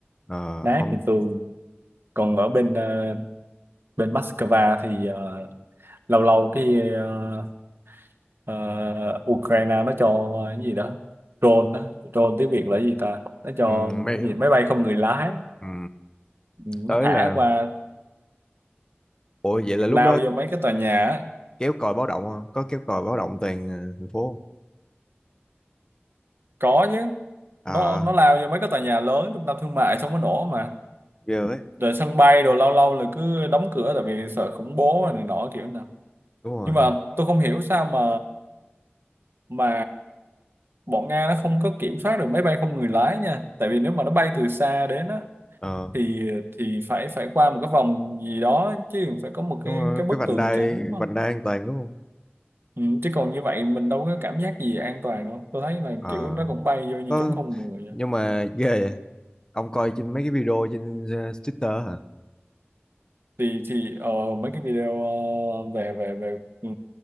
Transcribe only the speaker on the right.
nát
như tường còn ở bên ờ, bên Moscow thì ờ, lâu lâu cái ờ, ờ, Ukraine nó cho cái gì đó drone đó drone tiếng Việt là cái gì ta nó cho
cái gì máy bay không người lái
Ừ,
nó thả
qua
lao
vô mấy cái tòa nhà á.
có chứ
nó nó lao vô mấy cái tòa nhà lớn trung tâm thương mại xong nó nổ mà
rồi sân bay rồi lâu lâu là cứ đóng cửa tại vì sợ khủng bố này nọ kiểu nào
nhưng mà tôi không hiểu sao mà mà bọn Nga nó không có kiểm soát được máy bay không người lái nha tại vì nếu mà nó bay từ xa đến á
thì thì phải phải qua một cái vòng gì đó chứ phải có một
cái
cái bức
tường
trắng đúng không
ừ, chứ còn như vậy mình đâu có cảm giác gì an toàn đâu tôi thấy là
kiểu nó cũng bay vô như
trốn không người
vậy
thì thì ờ, mấy cái video ờ, về về về ừ,